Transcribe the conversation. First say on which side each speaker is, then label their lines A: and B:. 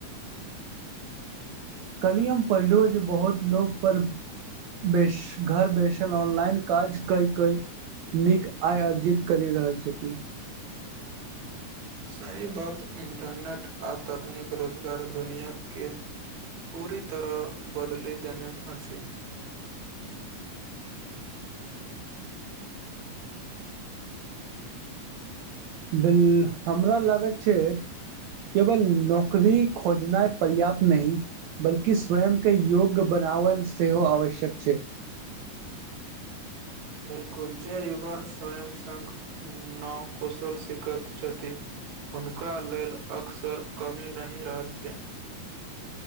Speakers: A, on the right; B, on the right.
A: कलिय हम पढ़लो जे बहुत लोक पर बेस घर बसल ऑनलाइन काज कै कई नीक आय अर्जित करि रहल छथिन
B: सही बात इंटरनेट आ तकनीक रोजगार दुनिया के पूरी तरह बदली देन अछि
A: बिल हमरा लागैत छै केवल नौकरी खोजनाइ पर्याप्त नहि बल्कि स्वयं के योग्य बनाबन सेहो आवश्यक छै <unintelligible>
B: बिलकुल जे युवा स्वयं सघ न कुशल सिखत छथि हुनका लेल अक्सर कमी नहि रहैत छै